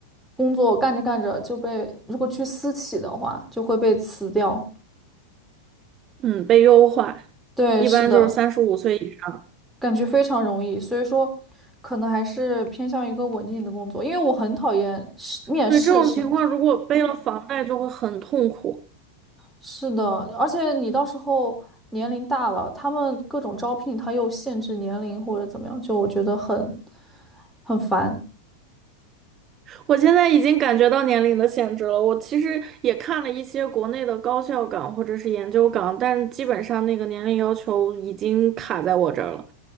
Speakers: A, in the centre; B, on the right.
A: 工作干着干着就被，如果去私企的话，就会被辞掉。
B: 嗯，被优化，
A: 对，
B: 一般就是三十五岁以上。
A: 是的，感觉非常容易，所以说可能还是偏向一个稳定的工作，因为我很讨厌是面试什么的。
B: 对这种情况，如果背了房贷，就会很痛苦。
A: 是的，而且你到时候年龄大了，他们各种招聘他又限制年龄或者怎么样，就我觉得很很烦。
B: 我现在已经感觉到年龄的限制了。我其实也看了一些国内的高校岗或者是研究岗，但基本上那个年龄要求已经卡在我这儿了，